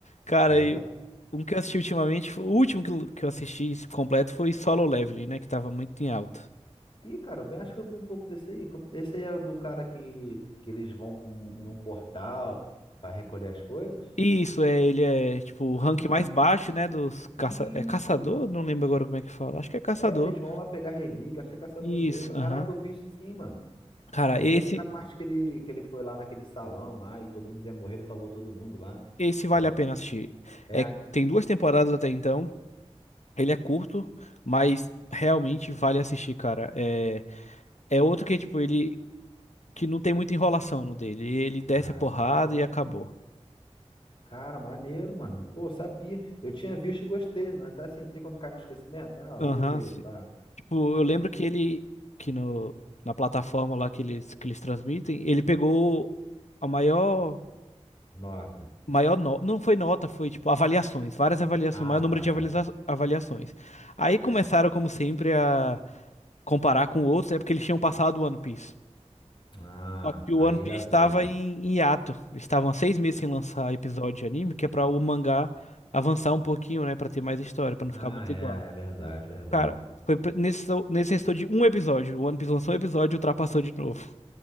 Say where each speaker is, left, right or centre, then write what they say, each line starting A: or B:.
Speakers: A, on the left; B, on the left.
A: Cara,
B: <laughs> Dá,
A: e
B: tá.
A: um que eu assisti ultimamente, foi- o último que eu que eu assisti completo foi Solo Leveling, né? Que tava muito em alta.
B: Ih, cara, eu bem acho que eu vi um pouco desse aí. Como- Esse aí é o do cara que, que eles vão pra um- num portal para recolher as coisas?
A: Isso, é, ele é tipo o
B: Ah,
A: rank mais baixo, né? Dos
B: isso!
A: caça... É caçador? Não lembro agora como é que fala. Acho que é caçador.
B: É, eles vão lá pegar relíquia, acho que é caçador
A: Isso,
B: mesmo.
A: aham.
B: Caraca, eu vi isso sim, mano.
A: Cara,
B: Eu
A: esse,
B: vi até a parte que ele, que ele foi lá naquele salão lá e todo mundo ia morrer, ele salvou todo mundo lá.
A: esse vale
B: É,
A: a pena assistir.
B: é.
A: É, tem duas temporadas até então. Ele é curto, mas realmente vale assistir, cara. É, é outro que, tipo, ele que não tem muita enrolação no dele. Ele desce
B: Ah,
A: a porrada
B: assim que é bom,
A: e acabou.
B: pô. Cara, maneiro, mano. Pô, sabia. Eu tinha visto e gostei, mas assim, tem quando cai no esquecimento? Ah, eu
A: Aham,
B: vou ver,
A: sim.
B: pá.
A: Tipo, eu lembro
B: E-
A: que ele, que no, na plataforma lá que eles, que eles transmitem, ele pegou a maior,
B: Nota.
A: maior nota, não foi nota, foi tipo avaliações, várias avaliações,
B: Ah,
A: maior número
B: tá,
A: de
B: tá,
A: avalia-
B: tá.
A: avaliações. Aí começaram, como sempre, a comparar com outros, é porque eles tinham passado One Piece.
B: Ah,
A: Só que o
B: aí
A: One Piece
B: já
A: estava
B: viu, né?
A: em, em hiato. Eles estavam há seis meses sem lançar episódio de anime, que é pra o mangá avançar um pouquinho, né? Pra ter mais história, pra não
B: Ah,
A: ficar muito
B: é,
A: igual.
B: é verdade, verdade.
A: Cara, foi pre- nesse, nesse restou de um episódio. O One Piece lançou um episódio e ultrapassou de novo.